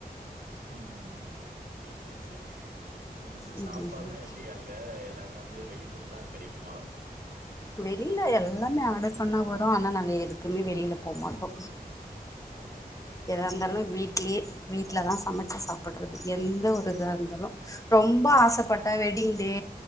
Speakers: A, on the right; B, on the left.
A: உம் சேரி சேரி சேரி சேரி உம்
B: ம்,
A: சாப்பால்லாம்
B: ம், ம்.
A: எப்டி அங்க எல்லா இப்ப வந்து வெளி புட்லா கெடைக்குமா
B: வெளில எல்லாமே ஆர்டர் பண்ணா வரு ஆனா நாங்க எதுக்குமே வெளில போ மாட்டோ
A: ஓ! சரி,
B: எதா
A: சரி.
B: இருந்தாலு வீட்லயே வீட்லதா சமைச்சி சாப்றது எந்த ஒரு இதா இருந்தாலு ரொம்ப ஆசைப்பட்ட வெட்டிங்டே